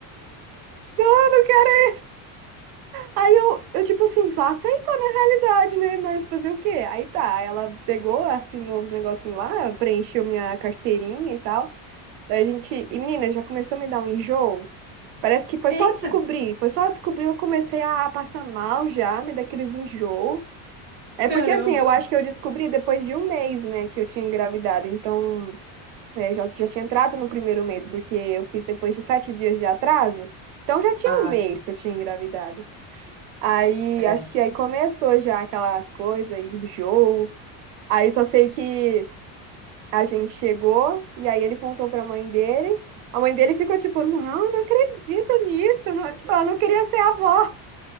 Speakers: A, on the right (about 70°); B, on the right (about 20°).
A: Não eu não quero. Aí eu, eu, tipo assim, só aceitar na realidade, né? Mas fazer o quê? Aí tá, ela pegou, assinou os negócios lá, preencheu minha carteirinha e tal. Daí a gente. E menina, já começou a me dar um enjoo. Parece que foi só
B: Eita,
A: descobrir. Foi só descobrir, eu comecei a passar mal já, me dar aqueles enjoo. É
B: caramba.
A: porque assim, eu acho que eu descobri depois de um mês, né, que eu tinha engravidado. Então, é, já, já tinha entrado no primeiro mês, porque eu fiz depois de sete dias de atraso. Então já tinha
B: Ah,
A: um mês
B: tá.
A: que eu tinha engravidado. Aí,
B: é.
A: acho que aí começou já aquela coisa, enjoo. Aí só sei que a gente chegou e aí ele contou pra mãe dele. A mãe dele ficou tipo, não, eu não acredito nisso. Não, tipo, ela não queria ser avó.